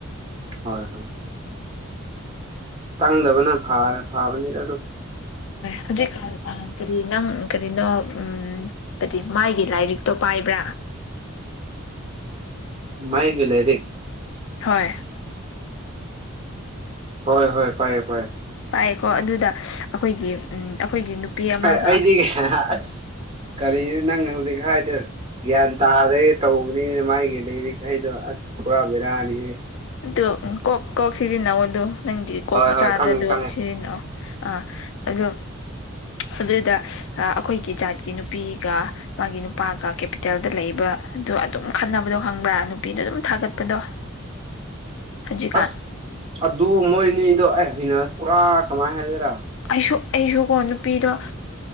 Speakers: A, on the right; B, on the left.
A: ꯍꯣꯏ ꯍꯣꯏ ꯇꯪꯗꯕꯅ ꯐꯥꯕꯅꯤꯗ ꯑꯗꯣ
B: ꯍꯧꯖꯤꯛ ꯀꯔꯤ ꯅꯪ ꯀꯔꯤꯅꯣ ꯑꯝ ꯍꯥꯏꯗꯤ ꯃꯥꯥꯏꯒꯤ ꯂꯥꯏꯔꯤꯛꯇꯣ ꯄꯥꯏꯕ꯭ꯔꯥ꯫
A: ꯃꯥꯏꯒ ꯂꯩꯔꯦ
B: ꯍꯣꯏ
A: ꯍꯣꯏ ꯍꯣꯏ ꯄꯥꯏꯌꯦ ꯄꯥꯏ
B: ꯄꯥꯏꯌꯦꯀꯣ ꯑꯗꯨꯗ ꯑꯩꯈꯣꯏꯒꯤ ꯑꯩꯈꯣꯏꯒꯤ ꯅꯨꯄꯤ ꯑꯃꯒ
A: ꯑꯩ ꯑꯩꯗꯤ ꯑꯁ ꯀꯔꯤ ꯅꯪ ꯍꯧꯖꯤꯛ ꯍꯥꯏꯗꯣ ꯒ꯭ꯌꯥꯟ ꯇꯥꯔꯦ ꯇꯧꯕꯅꯤꯅ ꯃꯥꯥꯏꯒꯤ ꯂꯩꯔꯤꯈꯩꯗꯣ ꯑꯁ ꯄꯨꯔꯥ ꯕꯦꯔꯥꯅꯤ
B: ꯑꯗꯨ ꯀꯣꯛ ꯀꯣꯣꯛ ꯁꯤꯁꯤ ꯅ ꯑꯗꯨ ꯅꯪꯒꯤ ꯀꯣꯛ
A: ꯍꯣꯏ
B: ꯃꯆꯥꯗꯗꯣ
A: ꯍꯣꯏ ꯈꯪꯉꯦ ꯈꯪꯉꯦ
B: ꯁꯤꯖꯤꯟꯅꯑꯣ ꯑꯥ ꯑꯣ ꯑꯗꯨꯗ ꯑꯩꯈꯣꯏꯒꯤ ꯖꯥꯠꯀꯤ ꯅꯨꯄꯤꯒ ꯃꯥꯒꯤ ꯅꯨꯄꯥꯒ ꯀꯦꯄꯤꯇꯦꯜꯗ ꯂꯩꯕ ꯑꯗꯨꯗꯣ ꯑꯗꯨꯝ ꯈꯟꯅꯕꯗꯣ ꯈꯪꯕ꯭ꯔꯥ ꯅꯨꯄꯤꯗꯣ ꯑꯗꯨꯝ ꯊꯥꯒꯠꯄꯗꯣ ꯁꯆ ꯀꯥ
A: ꯑꯁ ꯑꯗꯨ ꯃꯣꯏꯅꯤꯗꯣ ꯑꯩꯩꯅ ꯄꯨꯔꯥ ꯀꯃꯥꯏꯅ ꯍꯥꯏꯒꯣꯏꯔꯥ
B: ꯑꯩꯁꯨ ꯑꯩꯁꯨꯀꯣ ꯅꯨꯄꯤꯗꯣ